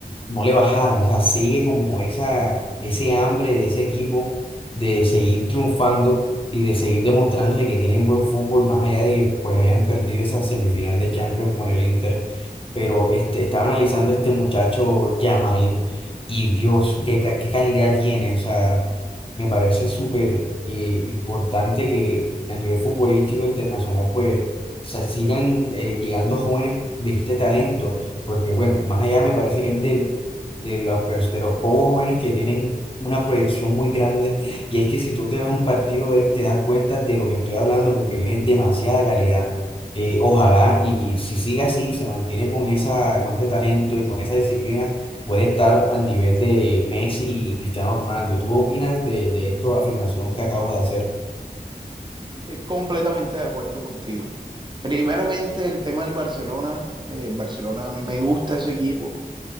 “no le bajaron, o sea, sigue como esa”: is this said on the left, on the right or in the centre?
Left